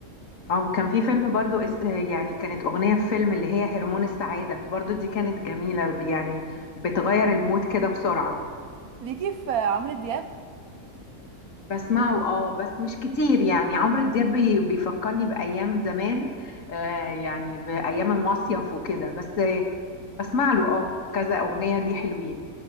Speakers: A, on the left; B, on the right.
A: او كان في فيلم برضو اس... آه، يعني كانت اغنية في فيلم اللي هي هرمون السعادة برضو دي كانت جميلة يعني بتغير المود كده بسرعة
B: ليكي في عمرو دياب
A: بسمعه اه بس مش كتير يعني عمرو دياب بي- بيفكرني بأيام زمان آه يعني بأيام المصيف وكده بس آه بسمع له اه كذا أغنية ليه حلوين